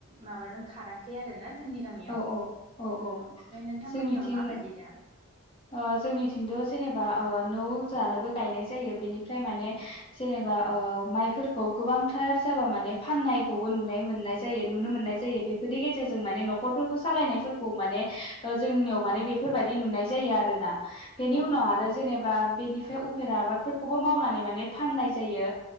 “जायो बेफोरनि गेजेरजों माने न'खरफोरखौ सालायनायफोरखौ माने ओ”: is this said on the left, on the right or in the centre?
Left